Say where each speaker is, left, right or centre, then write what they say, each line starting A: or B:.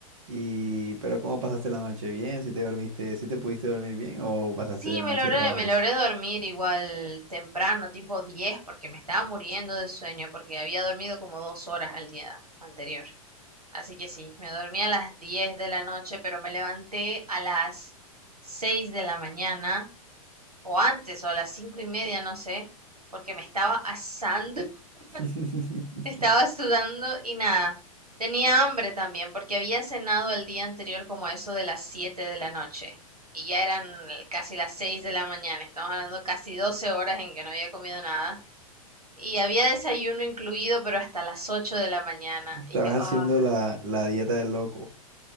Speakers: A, on the right; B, on the right.
A: Y, pero ¿cómo pasaste la noche? ¿Bien? ¿Si te dormiste, si te pudiste dormir bien o pasaste
B: Sí,
A: la
B: me
A: noche
B: logré,
A: trabajos?
B: me logré dormir igual temprano, tipo 10, porque me estaba muriendo de sueño, porque había dormido como dos horas al día anterior. Así que sí, me dormí a las 10 de la noche, pero me levanté a las 6 de la mañana, o antes, o a las 5 y media, no sé, porque me estaba asando, <laughs>
A: <laughs>
B: estaba sudando y nada. Tenía hambre también, porque había cenado el día anterior como a eso de las 7 de la noche. Y ya eran casi las 6 de la mañana, estamos hablando casi 12 horas en que no había comido nada. Y había desayuno incluido, pero hasta las 8 de la mañana.
A: Estabas
B: Y yo,
A: haciendo
B: ah,
A: la, la dieta del loco.